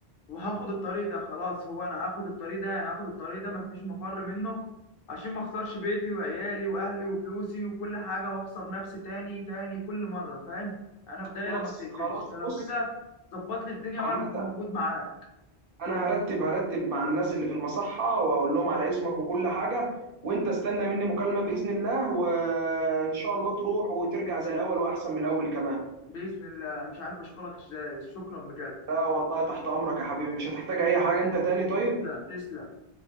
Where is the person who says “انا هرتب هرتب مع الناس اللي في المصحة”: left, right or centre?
Right